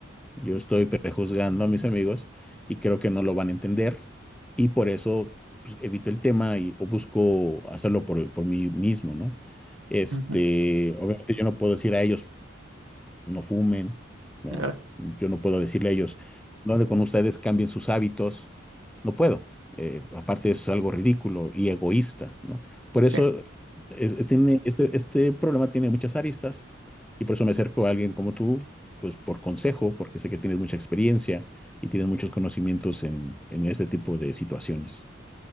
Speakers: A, in the centre; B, on the right.
A: yo estoy prejuzgando a mis amigos y creo que no lo van a entender y por eso pues, evito el tema y o busco hacerlo por, por mí mismo, ¿no? Este,
B: Ujú, ujú,
A: obviamente yo no puedo decir a ellos, no fumen, no,
B: claro,
A: yo no puedo decirle a ellos, ¿dónde con ustedes cambien sus hábitos? No puedo. eh, aparte es algo ridículo y egoísta, ¿no? Por
B: sí.
A: eso es- es- tiene, este, este problema tiene muchas aristas y por eso me acerco a alguien como tú, pues por consejo, porque sé que tienes mucha experiencia y tienes muchos conocimientos en, en este tipo de situaciones.